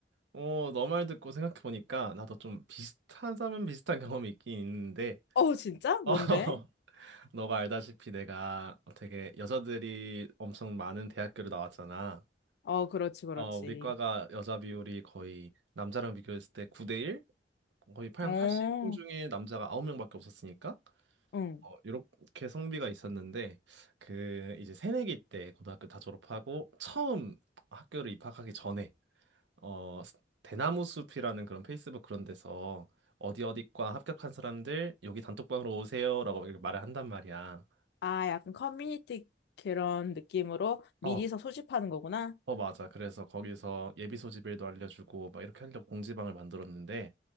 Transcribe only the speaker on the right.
어, 너 말 듣고 생각해보니까 나도 좀 비슷하다면 비슷한 경험이 있긴 있는데,
어,
<laughs> 너가 알다시피 내가 어, 되게 여자들이 엄청 많은 대학교를 나왔잖아.
어, 우리 과가 여자 비율이 거의 남자랑 비교했을 때 9대 1? 거의 8,
80명 중에 남자가 9명밖에 없었으니까,
어, 이렇게 성비가 있었는데, 그 이제 새내기 때 고등학교 다 졸업하고 처음 학교를 입학하기 전에 어, 스- 대나무 숲이라는 그런 페이스북 그런 데서 어디 어디과 합격한 사람들 여기 단톡방으로 오세요라고 이렇게 말을 한단 말이야.
어,
어, 맞아. 그래서 거기서 예비 소집일도 알려주고 막 이렇게 하려고 공지방을 만들었는데